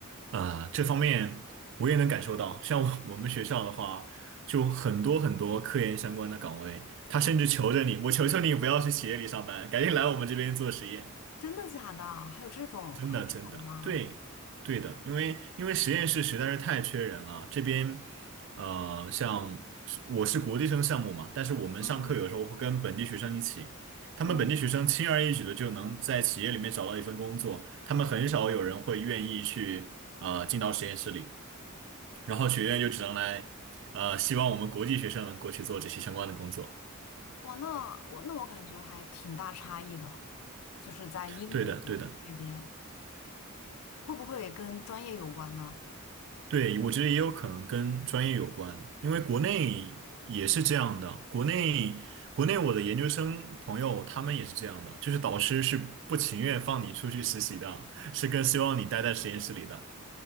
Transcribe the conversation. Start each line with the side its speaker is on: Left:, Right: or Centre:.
Right: 啊、这方面我也能感受到。像我 <laughs> 我们学校的话，就很多很多科研相关的岗位，他甚至求着你，
Left: 嗯，
Right: 我求求你不要去企业里上班，赶紧来我们这边做实验。
Left: 真的假的？还有这种还有这种吗？
Right: 真的，真的，对，对的，因为因为实验室实在是太缺人了。这边，呃，像是我是国际生项目嘛，但是我们上课有时候会跟本地学生一起，
Left: 嗯
Right: 他们本地学生轻而易举的就能在企业里面找到一份工作，
Left: 嗯，
Right: 他们很少有人会愿意去呃进到实验室里，然后学院就只能来，呃，希望我们国际学生能过去做这些相关的工作。
Left: 哇，那我那我感觉还挺大差异的，就是在英国这边
Right: 对的，对的。
Left: 会不会跟专业有关呢？
Right: 对，我觉得也有可能跟专业有关，因为国内也是这样的。国内，国内我的研究生朋友他们也是这样的，就是导师是不情愿放你出去实习的，是更希望你待在实验室里的。